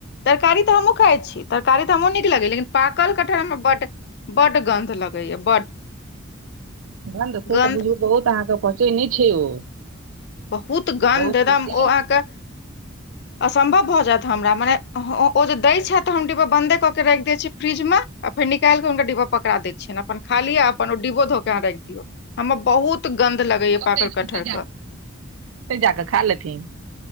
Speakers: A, on the left (about 50°); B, on the right (about 75°).
A: तरकारी तऽ हमहूँ खाइ छी, तरकारी तऽ हमहूँ नीक लगैए, लेकिन पागल कटहर हमरा बड़ बड्ड गन्ध लगैए, बड्ड
B: गन्ध से
A: गन्ध।
B: तऽ बुझू बहुत, अहाँसभ कहै छी ने, छै ओ।
A: बहुत गन्ध,
B: बहुत
A: एकदम
B: बेसी
A: ओ अहाँके।
B: <inaudible>
A: असम्भव भऽ जायत हमरा मने, ओ जे दै छथि तऽ हम डिब्बा बन्दे कऽ कऽ राखि दैत छी फ्रिजमे। आ फेर निकालि कऽ हुनकर डब्बा पकड़ाइ दै छियनि, अपन खाली आ अपन ओ डब्बो धो कऽ राखि दियौ हमर बहुत। गन्ध लगैया
B: ओ
A: पाकल
B: खऽ
A: कटहर
B: ओते
A: के
B: जा कऽ खालथ। <unintelligible>